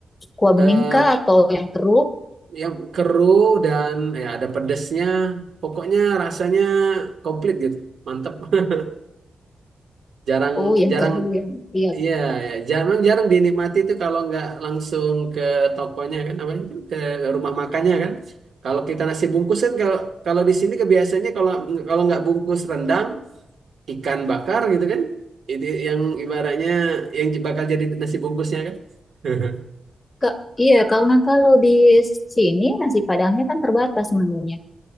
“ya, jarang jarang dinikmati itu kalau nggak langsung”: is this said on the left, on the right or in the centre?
Right